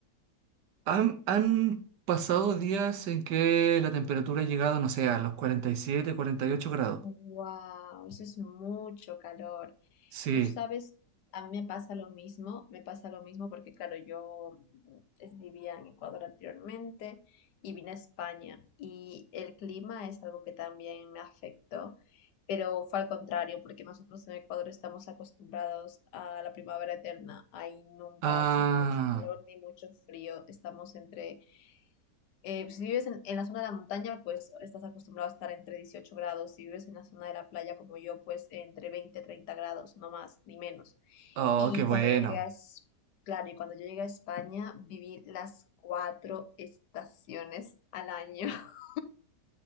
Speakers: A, on the right; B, on the left.
A: han, han pasado días en que la temperatura ha llegado, no sé, a los cuarenta cuarenta y siete, cuarenta y ocho grados.
B: Wow, eso es mucho calor.
A: Sí.
B: Tú sabes, a mí me pasa lo mismo, me pasa lo mismo porque, claro, yo mm, es- vivía en Ecuador anteriormente y vine a España y el clima es algo que también me afectó, pero fue al contrario porque nosotros en Ecuador estamos acostumbrados a la primavera eterna. Ahí nunca
A: Ah,
B: hace ni mucho calor ni mucho frío, estamos entre Eh, pues, si vives en, en la zona de la montaña, pues estás acostumbrado a estar entre 18 grados. Si vives en la zona de la playa como yo, pues entre 20, 30 grados, no más ni menos.
A: oh,
B: Y
A: qué bueno.
B: cuando yo llegué a, Es- claro, y cuando yo llegué a España, viví las cuatro estaciones al año. <laughs>